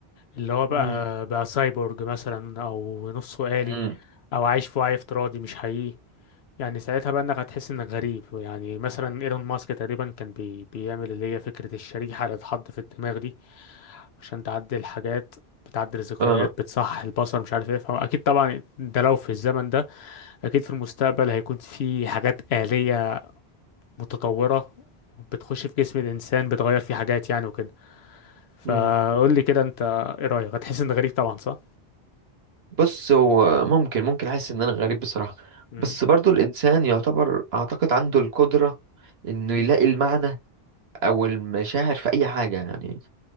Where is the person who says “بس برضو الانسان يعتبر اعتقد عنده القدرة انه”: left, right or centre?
Right